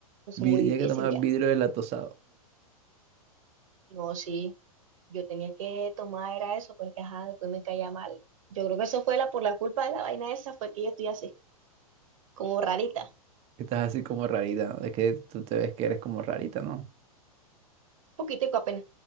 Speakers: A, on the right; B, on the right.
A: Eso
B: Vi-
A: es muy
B: Tienes
A: difícil
B: que tomar
A: ya.
B: vidrio deslactosado.
A: No, sí. yo tenía que tomar era eso porque ajá, después me caía mal. Yo creo que eso fue la por la culpa de la vaina esa fue que yo estoy así, como rarita,
B: que estás así como rarita, ¿no? Es que tú te ves que eres como rarita, ¿no?
A: poquitico apenas.